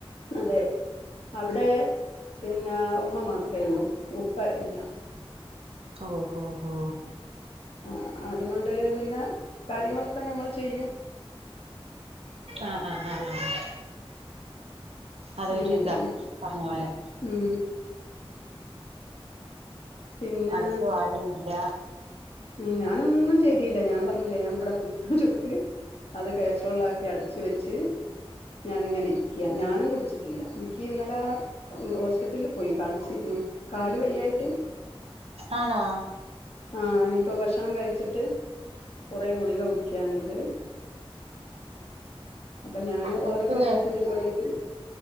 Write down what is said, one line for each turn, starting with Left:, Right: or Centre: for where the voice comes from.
Left: അതെ അവിടെ പിന്നെ ഉമ്മ മാത്രേള്ളൂ ഉപ്പ ഇല്ല.
Right: ഓ ഹോ ഹോ
Left: ആ അതുകൊണ്ട് പിന്നെ കാര്യങ്ങളൊക്കെ ഞങ്ങള് ചെയ്യും.
Right: ആഹ് ആഹ് ആഹ് ആ അതൊരിതാ
Left: അങ്ങനെയൊക്കെയാണ്
Right: പറഞ്ഞ പോലെ
Left: ഉം പിന്നെ
Right: അട്ക്ക് വാരിയില്ല
Left: ഉം ഞാനൊന്നും ചെയ്തീല്ല ഞാൻ പർഞ്ഞിലെ ഞാൻവട പുട്ട് ചുട്ട് അത് കേസ്രോളിലാക്കി അടച്ച് വെച്ച് ഞാനിങ്ങനെ ഇരിക്കൃ ഞാനും കു ചിട്ടില്ല എനിക്കിന്നലെ ഉം ഹോസ്പിറ്റൽല് പോയി കാണിച്ചിരുന്നു കാല് വെയ്യായിറ്റ്
Right: ആണോ
Left: ആഹ് ഇനിപ്പോ ഭക്ഷണം കഴിച്ചിട്ട് കൊറേ ഗുളിക കുടിക്കാണ്ട് അപ്പൊ ഞാന്
Right: മുട്ടുവേദനയോ
Left: ഓരോക്കെണീറ്റ് വരുമ്പളേക്കും